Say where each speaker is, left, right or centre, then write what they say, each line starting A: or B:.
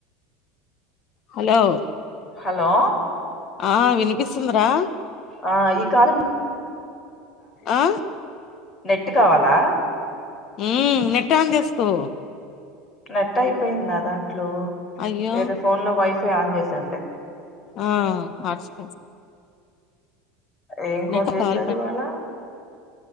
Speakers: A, on the left; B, on the left.
A: హలో
B: హలో
A: ఆ వినిపిస్తుందరా
B: ఆ ఈ కాల్ <unintelligible>
A: ఆ
B: నెట్టు కావాలా
A: హ్మ్ నెట్టు ఆన్ చేసుకో
B: నెట్ అయిపోయింది నా దాంట్లో
A: అయ్యో
B: వేరే ఫోన్ లో వై ఫై ఆన్ చేసాన్ లే
A: ఆ హాట్స్పాట్
B: ఏం కూర
A: నెట్ట
B: చేశారు
A: కాల్ పెట్
B: ఇవాళ